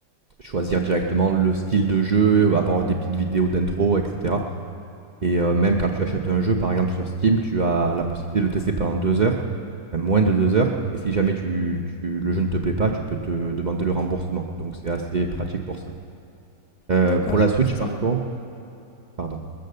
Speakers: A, on the right; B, on the left.
A: choisir directement le style de jeu, avoir des petites vidéos d'intro et cetera. Et heu, même quand tu achètes un jeu, par exemple, sur Steam, tu as la possibilité de le tester pendant 2 heures, même moins de deux heures et si jamais tu tu le jeu ne te plaît pas, tu peux te demander le remboursement. Donc c'est assez pratique pour ça. Heu,
B: D'accord,
A: pour la Switch,
B: ça, ça
A: par
B: va.
A: contre pardon.